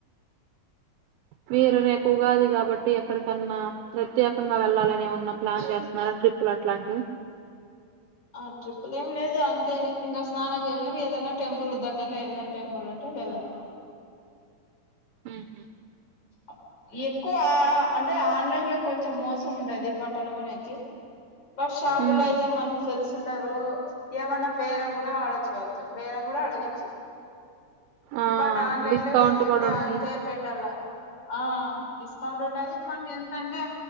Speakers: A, on the right; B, on the left.
A: మీరు రేపు ఉగాది కాబట్టి ఎక్కడికన్నా ప్రత్యేకంగా వెళ్ళాలని ఏమన్నా ప్లాన్ చేస్తున్నారా ట్రిప్పులు అట్లాంటివి
B: ఆ ట్రిప్పులు ఏం లేదు అంతే ఇంగ స్నానం చేయడం ఏదన్నా టెంపుల్ దగ్గరలో ఏదైన టెంపుల్ ఉంటే వెళ్లడ
A: మ్ హు
B: అ ఎక్కువా అంటే ఆన్లైన్ లో కొంచెం మోసం ఉంటాది బట్టలు కొనేకి వాడు షాపు
A: ఉమ్,
B: లో అయితే మనకి తెలిసి ఉంటారు. ఏమన్నా బేరం కూడా ఆడొచ్చు వాల్ తో బేరం కూడా అడగచ్చు
A: ఆ
B: బట్ ఆన్లైన్
A: డిస్కౌంట్
B: లో ఎంత ఉంటే
A: కూడా ఉంటాయి
B: అంతే పెట్టల్ల ఆ డిస్కౌంట్ ఉంటది మనం ఎంతంటే